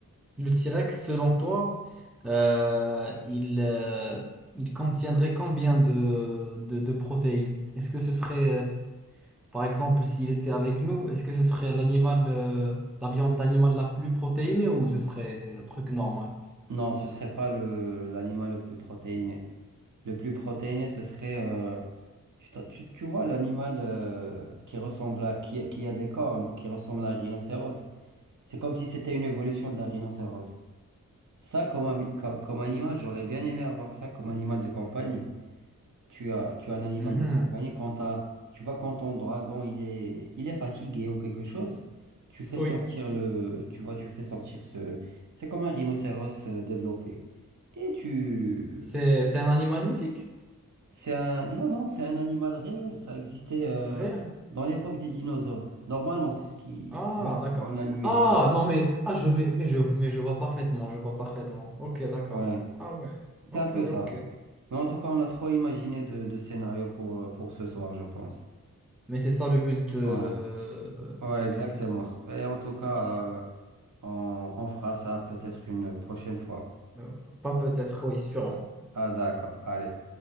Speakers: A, in the centre; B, on the right (about 65°).
A: Le T-Rex, selon toi, euh, il, euh, il contiendrait combien de, de, de protéines? Est-ce que ce serait, euh, par exemple, s'il était avec nous, est-ce que ce serait l'animal, euh, la viande d'animal la plus protéinée ou ce serait un truc normal?
B: Non, ce serait pas le, l'animal le plus protéiné. Le plus protéiné, ce serait... euh, tu, t'as- tu, tu vois l'animal euh, qui ressemble à... Qui, qui a des cornes, qui ressemble à un rhinocéros. C'est comme si c'était une évolution d'un rhinocéros. Ça, comme, ami- co- comme animal, j'aurais bien aimé avoir ça comme animal de compagnie. tu as, tu as un animal
A: Mhm.
B: de compagnie, quand t'as- tu vois, quand ton dragon il est, il est fatigué ou quelque chose, tu fais
A: Oui.
B: sortir le, tu vois, tu fais sortir ce, c'est comme un rhinocéros euh, développé. Et tu,
A: C'est, c'est un animal mythique,
B: c'est un, non, non, c'est un animal réel, ça existait euh,
A: réel.
B: dans l'époque des dinosaures. Normalement, c'est ce qui,
A: Ah,
B: tu vois, c'est
A: d'accord.
B: ce qu'on a lu
A: Ah,
B: et tout.
A: non, mais, ah, je, mais, mais je, mais je vois parfaitement, je vois parfaitement. Ok, d'accord.
B: Ouais,
A: Ah ouais.
B: c'est
A: Ok,
B: un peu
A: ok.
B: ça. Mais en tout cas, on a trop imaginé de, de scénarios pour, pour ce soir, je pense.
A: Mais c'est ça le but de,
B: Ouais, ouais,
A: de,
B: exactement.
A: ce- de notre
B: Et en tout cas,
A: émission.
B: euh, On, on fera ça peut-être une prochaine fois.
A: Euh, Pas peut-être, oui, sûrement.
B: Ah d'accord, allez.